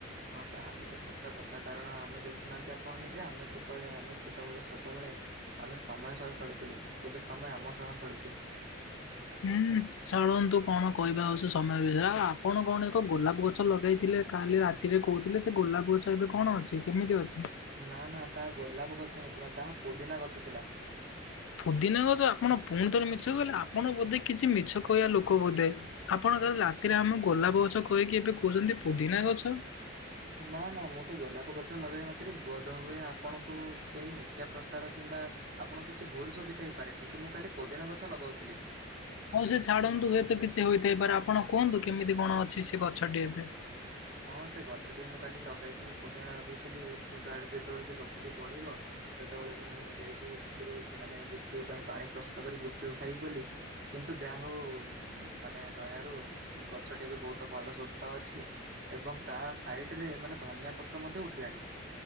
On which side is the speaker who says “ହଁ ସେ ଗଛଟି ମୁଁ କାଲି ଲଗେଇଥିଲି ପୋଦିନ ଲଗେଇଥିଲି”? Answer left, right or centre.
Right